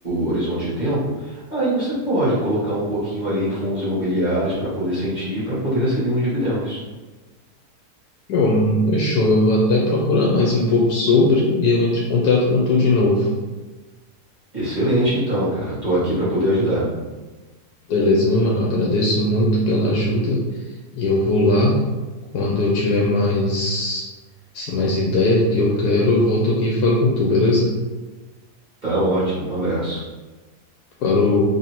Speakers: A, on the right; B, on the left.
A: horizonte de tempo, aí você pode colocar um pouquinho ali em fundos imobiliários para poder sentir, e para poder receber uns dividendos.
B: Pô, mano, fechou. Eu vou até procurar mais um pouco sobre e eu entro em contato com tu de novo.
A: Excelente, então, cara. Eu estou aqui para poder ajudar.
B: Beleza, viu, mano? Eu agradeço muito pela ajuda e eu vou lá. Quando eu tiver mais, assim, mais ideia do que eu quero, eu volto aqui e falo com tu, beleza?
A: Tá ótimo. Um abraço.
B: Falou.